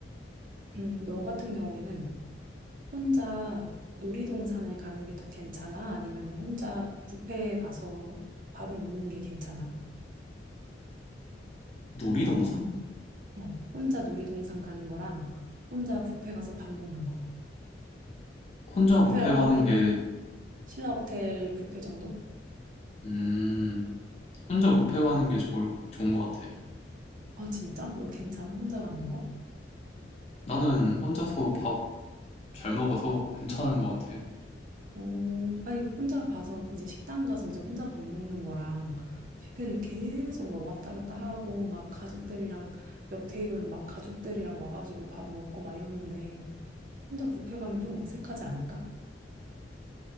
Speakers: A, on the right (about 45°); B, on the left (about 35°).
A: 음, 너 같은 경우에는 혼자 놀이동산을 가는 게 더 괜찮아? 아니면 혼자 뷔페에 가서 밥을 먹는 게 괜찮아?
B: 놀이동산?
A: 어, 혼자 놀이동산 가는 거랑 혼자 뷔페 가서 밥 먹는 거.
B: 혼자
A: 뷔페라고
B: 뷔페 가는
A: 하면은
B: 어, 게,
A: 신라호텔 뷔페 정도?
B: 음, 혼자 뷔페 가는 게 좋을, 좋은 것 같아.
A: 아, 진짜? 너 괜찮아? 혼자 가는 거?
B: 나는 혼자서 밥 잘 먹어서 괜찮은 것 같아.
A: 어, 아니, 혼자 봐서 이제 식당 가서 이제 혼자 밥 먹는 거랑 뷔페는 계속 막 왔다 갔다 하고 막 가족들이랑 옆 테이블은 막 가족들이랑 와가지고 밥 먹고 막 이러는데 혼자 뷔페 가면 좀 어색하지 않을까?